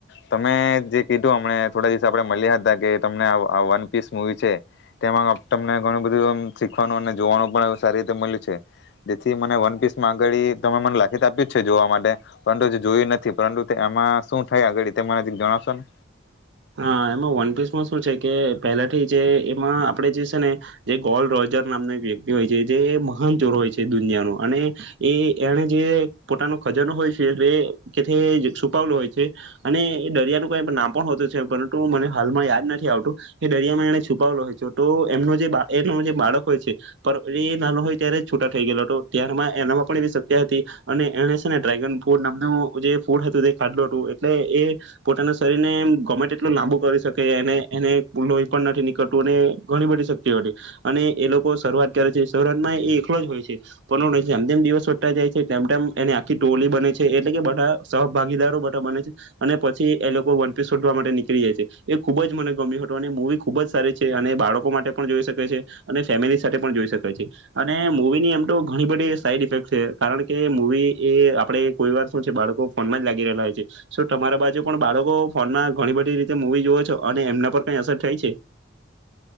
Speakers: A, on the left (about 55°); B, on the right (about 60°).
A: તમે જે કીધુંમ થોડા દિવસ પેહલા આપણે મળ્યા હતા કે તમને આ વન પીસ મુવી છે, તેમાં તમને ઘણું બધું શીખવાનું અને જોવાનું પણ સારી મળ્યું છે, જેથી મને વન પીસમાં અગાળી તમે મને લખી આપ્યું છે, જોવા માટે પરંતુ એ જોયું નથી, પરંતુ તે એમાં શું થાય અગાડી તે મને જણાવશો ને?
B: હા, એમાં વનપિસ માં શું છે કે પહેલાથી જે એમાં આપડે જે છે ને જે ગોલ રોજર નામનો એક વ્યક્તિ હોય છે, જે મહાન ચોર હોય છે, દુનિયાનું અને એ એને જે પોતાનો ખજનો હોય છે, છુપાવેલો હોય છે અને દરિયાનું કઈ નામ પણ હોતું હતું પણ મને હાલમાં યાદ નથી આવતું. એ દરિયામાં એને છુપાવેલો હોય છે, તો એમનો જે એનો જે બાળક હોય છે, એ નાનો હોય ત્યારે છુટા થઈ ગયેલો હતો, ત્યારમાં એનામાં પણ એવી શક્તી હતી અને એને છે ને ડ્રેગન ફૂટ નામનું જે ફૂડ હતું તે ખાધેલું હતું, એટલે એ પોતાના શરીરને ગમે <unintelligible> લાંબુ કરી શકે એને એને લોહી પણ નથી નીકળતું અને ઘણી બધી શક્તિ હો અને એ લોકો શરૂઆત કરે છે શરૂઆતમાં એ એકલો જ હોય છે પ જેમ જેમ દિવસ શોધતા જાય છે તેમ તેમમ એને આખી ટોલી બને છે એટલે કે બધા સહભાગીદારો બધા બને છે અને પછી એ લોકો વનપીસ શોધવા માટે થઇ જાઈ. એ ખુબ જ મને ગમ્યું હતું અને મૂવી ખુબ જ સારી છે અને બાળકો માટે પણ જોઈ શકે છે અને ફેમિલી સાથે પણ જોઈ શકેાય છે અને મૂવીની એમ તો ઘણી બધી સાઈડ ઇફેક્ટ છે કારણ કે મૂવી એ આપણેે કોઈ વાર શું છે બાળકો ફોનમાં જ લાગી રહેલા હોય છે સ તમારા બાજુ પણ બાળકો ફોનમાં ઘણી બધી મવી જો છો અને એમના પર કઈ અસર થાય છે?